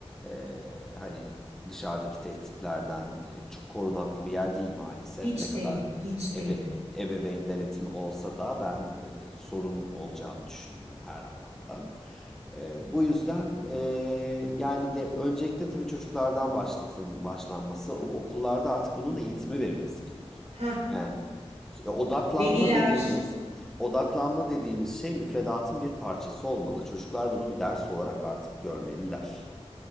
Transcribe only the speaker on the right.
Hiç
değil, hiç
değil.
Ha,
veliler.